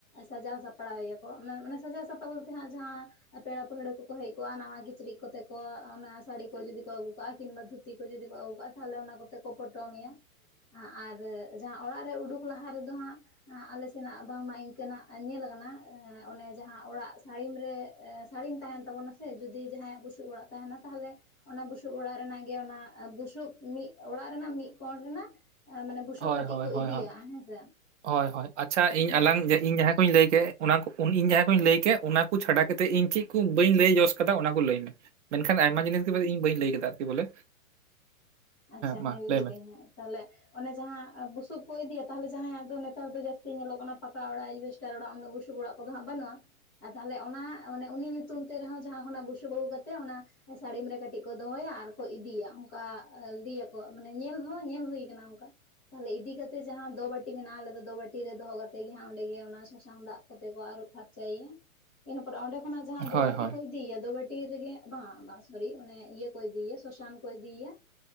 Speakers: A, on the left; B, on the right.
A: ᱥᱟᱡᱟᱣ ᱥᱟᱯᱲᱟᱣᱭᱟᱠᱚ ᱢᱟᱱᱮ ᱢᱟᱱᱮ ᱥᱟᱡᱟᱣ ᱥᱟᱯᱲᱟᱣ ᱵᱚᱞᱛᱮ ᱦᱟᱸᱜ ᱡᱟᱦᱟᱸ ᱯᱮᱲᱟ ᱯᱟᱹᱦᱲᱟᱹ ᱠᱚᱠᱚ ᱦᱮᱡ ᱠᱚᱜᱼᱟ ᱱᱟᱣᱟ ᱠᱤᱪᱨᱤᱡ ᱠᱚᱛᱮ ᱠᱚ ᱚᱱᱟ ᱥᱟᱹᱲᱤ ᱠᱚ ᱡᱩᱫᱤ ᱠᱚ ᱟᱹᱜᱩ ᱠᱟᱜᱼᱟ ᱠᱤᱱᱵᱟ ᱫᱷᱩ ᱛᱤ ᱠᱚ ᱡᱩᱫᱤ ᱠᱚ ᱟᱹᱜᱩ ᱠᱟᱜᱼᱟ ᱛᱟᱦᱞᱮ ᱚᱱᱟ ᱠᱚᱛᱮ ᱠᱚ ᱯᱚᱴᱚᱢᱮᱭᱟ ᱟᱨ ᱡᱟᱦᱟᱸ ᱚᱲᱟᱜ ᱨᱮ ᱩᱰᱩᱠ ᱞᱟᱦᱟ ᱨᱮᱫᱚ ᱦᱟᱸᱜ ᱟᱞᱮ ᱥᱮᱱᱟᱜ ᱵᱟᱝᱢᱟ ᱤᱝᱠᱟᱹᱱᱟᱜ ᱧᱮᱞ ᱠᱟᱱᱟ ᱚᱱᱮ ᱡᱟᱦᱟᱸ ᱚᱲᱟᱜ ᱥᱟᱹᱲᱤᱢ ᱨᱮ ᱥᱟᱹᱲᱤᱢ ᱛᱟᱦᱮᱱ ᱛᱟᱵᱚᱱᱟ ᱥᱮ ᱡᱩᱫᱤ ᱡᱟᱦᱟᱸᱭᱟᱜ ᱵᱩᱥᱩᱵ ᱚᱲᱟᱜ ᱛᱟᱦᱮᱱᱟ ᱛᱟᱦᱞᱮ ᱚᱱᱟ ᱵᱩᱥᱩᱵ ᱚᱲᱟᱜ ᱨᱮᱱᱟᱜ ᱜᱮ ᱚᱱᱟ ᱵᱩᱥᱩᱵ ᱢᱤᱫ ᱚᱲᱟᱜ ᱨᱮᱱᱟᱜ ᱢᱤᱫ ᱠᱚᱬ ᱨᱮᱱᱟᱜ ᱢᱟᱱᱮ ᱵᱩᱥᱩᱵ
B: ᱦᱳᱭ
A: ᱠᱟᱹᱴᱤᱡ
B: ᱦᱳᱭ
A: ᱠᱚ
B: ᱦᱳᱭ
A: ᱤᱫᱤᱭᱟ
B: ᱦᱳᱭ,
A: ᱦᱮᱸᱥᱮ
B: ᱦᱳᱭ ᱦᱳᱭ ᱟᱪᱪᱷᱟ ᱤᱧ
A: ᱦᱮᱸ
B: ᱟᱞᱟᱝ ᱤᱧ ᱡᱟᱦᱟᱸ ᱠᱩᱧ ᱞᱟᱹᱭ ᱠᱮᱜ ᱚᱱᱟ ᱠᱚ ᱤᱧ ᱡᱟᱦᱟᱸ ᱠᱩᱧ ᱞᱟᱹᱭ ᱠᱮᱜ ᱚᱱᱟ ᱠᱚ ᱪᱷᱟᱰᱟ ᱠᱟᱛᱮᱜ ᱤᱧ ᱪᱮᱫ ᱠᱚ ᱵᱟᱹᱧ ᱞᱟᱹᱭ ᱡᱚᱥ ᱠᱟᱫᱟ ᱚᱱᱟ ᱠᱚ ᱞᱟᱹᱭ ᱢᱮ ᱾ ᱢᱮᱱᱠᱷᱟᱱ ᱟᱭᱢᱟ ᱡᱤᱱᱤᱥ ᱜᱮ ᱤᱧ ᱵᱟᱹᱧ ᱞᱟᱹᱭ ᱠᱟᱫᱟ ᱟᱨᱠᱤ ᱵᱚᱞᱮ
A: ᱟᱪᱪᱷᱟ
B: ᱢᱟ
A: ᱦᱮᱸ ᱞᱟᱹᱭᱫᱟᱹᱧ
B: ᱞᱟᱹᱭ ᱢᱮ
A: ᱦᱮᱸ ᱛᱟᱦᱞᱮ ᱚᱱᱮ ᱡᱟᱦᱟᱸ ᱵᱩᱥᱩᱵ ᱠᱚ ᱤᱫᱤᱭᱟ ᱛᱟᱦᱞᱮ ᱡᱟᱦᱟᱸᱭᱟᱜ ᱫᱚ ᱚᱱᱮ ᱱᱮᱛᱟᱨ ᱫᱚ ᱡᱟᱹᱥᱛᱤ ᱧᱮᱞᱚᱜ ᱠᱟᱱᱟ ᱯᱟᱠᱟ ᱚᱲᱟᱜ ᱤᱠᱵᱮᱥᱴᱟᱨ ᱚᱲᱟᱜ ᱩᱱᱟᱹᱜ ᱵᱩᱥᱩᱵ ᱚᱲᱟᱜ ᱠᱚ ᱦᱟᱸᱜ ᱵᱟᱹᱱᱩᱜᱼᱟ ᱾ ᱟᱨ ᱛᱟᱞᱦᱮ ᱚᱱᱟ ᱢᱟᱱᱮ ᱩᱱᱤ ᱧᱩᱛᱩᱢ ᱛᱮ ᱨᱮᱦᱚᱸ ᱡᱟᱦᱟᱸ ᱠᱷᱚᱱᱟᱜ ᱵᱩᱥᱩᱵ ᱟᱹᱜᱩ ᱠᱟᱛᱮᱫ ᱚᱱᱟ ᱥᱟᱹᱲᱤᱢ ᱨᱮ ᱠᱟᱹᱴᱤᱡ ᱠᱚ ᱫᱚᱦᱚᱭᱟ ᱟᱨᱠᱚ ᱤᱫᱤᱭᱟ ᱚᱝᱠᱟ᱾ ᱤᱫᱤᱭᱟᱠᱚ ᱢᱟᱱᱮ ᱧᱮᱞ ᱦᱚᱸ ᱧᱮᱞ ᱦᱳᱭ ᱠᱟᱱᱟ ᱚᱝᱠᱟ ᱾ ᱛᱟᱞᱦᱮ ᱤᱫᱤ ᱠᱟᱛᱮ ᱡᱟᱦᱟᱸ ᱫᱚᱵᱟᱹᱴᱤ ᱢᱮᱱᱟᱜᱼᱟ ᱟᱞᱮ ᱫᱚ ᱫᱚᱵᱟᱹᱴᱤ ᱨᱮ ᱫᱚᱦᱚ ᱠᱟᱛᱮᱫ ᱜᱮ ᱦᱟᱸᱜ ᱚᱸᱰᱮ ᱜᱮ ᱚᱱᱟ ᱥᱟᱥᱟᱝ ᱫᱟᱜ ᱠᱚᱛᱮ ᱠᱚ ᱟᱹᱨᱩᱵ ᱯᱷᱟᱨᱪᱟᱭ ᱭᱟ ᱤᱱᱟᱹ ᱯᱚᱨᱮ ᱚᱸᱰᱮ ᱠᱷᱚᱱᱟᱜ ᱡᱟᱦᱟᱸ
B: ᱦᱳᱭ
A: ᱫᱚᱵᱟᱹᱴᱤ
B: ᱦᱳᱭ
A: ᱠᱚ ᱤᱫᱤᱭᱟ ᱫᱚᱵᱟᱹᱴᱤ ᱨᱮᱜᱮ ᱵᱟᱝ ᱵᱟᱝ ᱥᱚᱨᱤ ᱚᱱᱮ ᱤᱭᱟᱹ ᱠᱚᱭ ᱤᱫᱤᱭᱟ ᱥᱚᱥᱟᱱ ᱠᱚ ᱤᱫᱤᱭᱟ ᱾